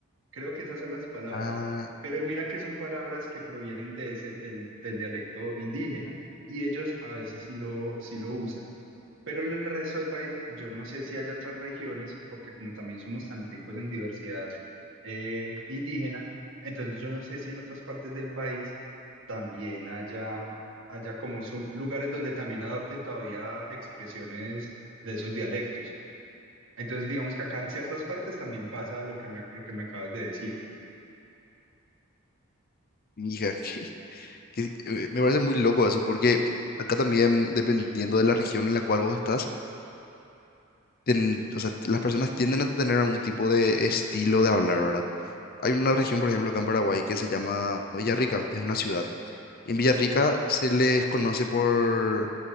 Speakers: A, on the right; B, on the left.
A: Creo que esas son las palabras.
B: Ah,
A: Pero mira que son palabras que provienen de ese, del, del dialecto indígena y ellos a veces sí lo, sí lo usan. Pero en el resto del país, yo no sé si hay otras regiones, porque como también somos tan ricos en diversidad eh, indígena, entonces yo no sé si en otras partes del país también haya, haya como son lugares donde también adopten todavía expresiones de esos dialectos. Entonces digamos que acá en ciertas partes también pasa lo que me, lo que me acabas de decir.
B: mija. <laughs> que- eh, me parece muy loco eso, porque acá también, dependiendo de la región en la cual vos estás, ten- o sea, las personas tienden a tener algún tipo de estilo de hablar, ¿verdad? Hay una región, por ejemplo, acá en Paraguay que se llama Villarrica, es una ciudad. Y en Villarrica se les conoce por,